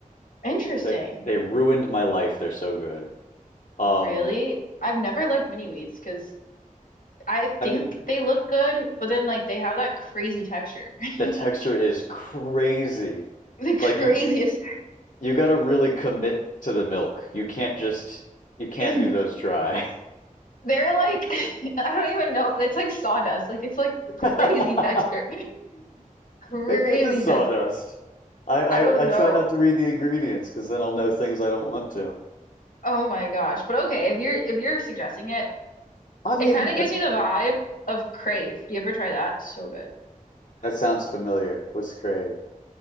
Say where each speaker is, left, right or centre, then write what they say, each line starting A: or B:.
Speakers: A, on the left (about 80°); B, on the left (about 65°).
A: Interesting.
B: that they ruined my life. They're so good. Um,
A: Really? I've never liked mini wheats because I think
B: I mean,
A: they look good, but then like they have that crazy texture. <laughs>
B: The texture is crazy.
A: The craziest
B: Like you you got to really commit to the milk. You can't just you can't
A: <laughs>
B: do those dry.
A: They're like <laughs> I don't even know. It's like sawdust. Like it's like
B: <laughs>
A: crazy texture. <laughs> Crazy
B: Maybe it is sawdust.
A: texture.
B: I I,
A: I don't
B: I
A: know.
B: try not to read the ingredients because then I'll know things I don't want to.
A: Oh my gosh. But okay, if you're if you're suggesting it,
B: I mean,
A: it kind of
B: that,
A: gives me the vibe of Crave. Do you ever try that? So good.
B: that sounds familiar. What's crave? <laughs>